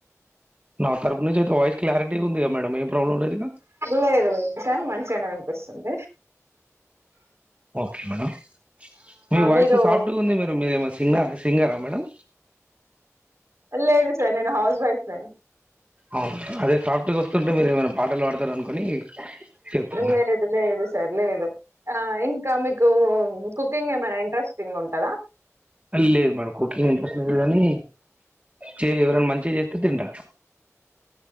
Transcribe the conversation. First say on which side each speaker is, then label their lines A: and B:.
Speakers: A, on the right; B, on the right.
A: నా తరపు నుంచి అయితే వాయిస్ క్లారిటీ ఉంది క మేడం ప్రాబ్లం లేదుగా
B: లేదులే చానా మ చానా కనిపిస్తుంది
A: ఓకే మేడం మీ వాయిస్
B: మీరు
A: సాఫ్ట్గా ఉంది మీరు మీదేమ సింగ సింగార మేడం
B: లేదు సార్ నేను హౌస్ వైఫ్ నే
A: అవును అదే సాఫ్ట్ వస్తుంటే మీరు ఏమైనా పాటలు పాడతారు అనుకుని చెప్తున్నా
B: లేదు లేదు సార్ లేదు ఆ ఇం ఇంకా మీకు కుకింగ్ ఏమైనా ఇంట్రెస్టింగ్ ఉంటదా
A: లేదుమేడమ్ కుకింగ్ ఇంట్రెస్ట్ లేదు కానీ చెయఎవరైనా మంచిగా చేస్ తింటా